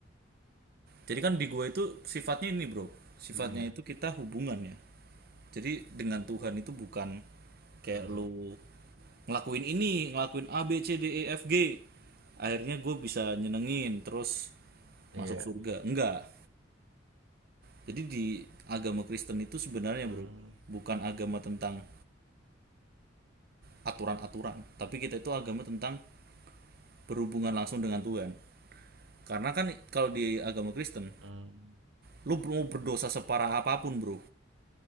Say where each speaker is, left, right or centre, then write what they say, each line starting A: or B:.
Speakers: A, on the right (about 50°); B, on the right (about 85°).
A: jadi kan di gue itu sifatnya ini bro sifatnya
B: dunia.
A: itu kita hubungan ya jadi dengan Tuhan itu bukan kayak
B: Mmm,
A: lu ngelakuin ini ngelakuin A B C D E F G akhirnya gue bisa nyenengin terus
B: iya.
A: masuk surga enggak Jadi di agama Kristen itu sebenarnya
B: Mmm,
A: bro, bukan agama tentang aturan-aturan, tapi kita itu agama tentang berhubungan langsung dengan Tuhan. Karena kan kalau di agama Kristen,
B: mmm,
A: lu mau berdosa
B: mhm,
A: separah apapun bro,